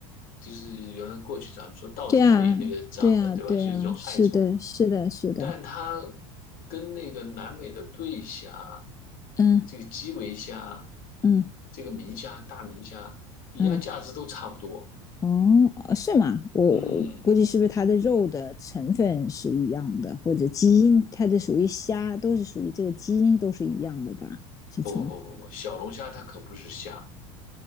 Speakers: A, on the left (about 55°); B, on the left (about 20°).
A: 就是原来过去咱们说稻田里那个长的，
B: 对啊，对啊，
A: 对吧？
B: 对啊，
A: 是一种害虫，
B: 是的，是的，是的，
A: 但它跟那个南美的对虾、
B: 嗯
A: 这个基围虾、
B: 嗯
A: 这个明虾、大明虾营养价值都差不多。
B: 嗯，哦，呃是吗？我我估计是不是它的肉的成分是一样的，
A: 嗯，
B: 或者基因，它的属于虾，都是属于这个基因都是一样的吧？是从
A: 不不不不，小龙虾它可不是虾，